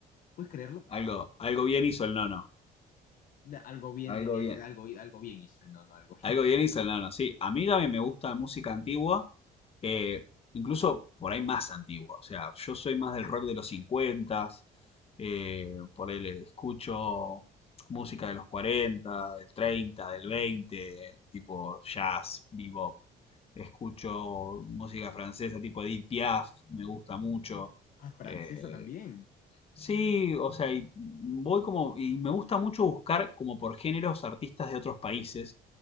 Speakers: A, on the left; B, on the left.
A: ¿puedes creerlo?
B: Algo, algo bien hizo el nono.
A: Da- Algo bien
B: Algo
A: tenía
B: bien.
A: que, algo, algo bien hizo el nono, algo
B: Algo
A: <laughs> bien
B: bien
A: hizo el
B: instalado,
A: nono.
B: sí. A mí también me gusta la música antigua, eh, incluso por ahí más antigua. O sea, yo soy más del rock de los 50, eh, por ahí le escucho música de los 40 del 30 del 20 tipo jazz, bebop. Escucho música francesa tipo Edith Piaf, me gusta mucho.
A: Ah, francesa
B: Eh,
A: también.
B: Sí, o sea, y voy como, y me gusta mucho buscar como por géneros artistas de otros países,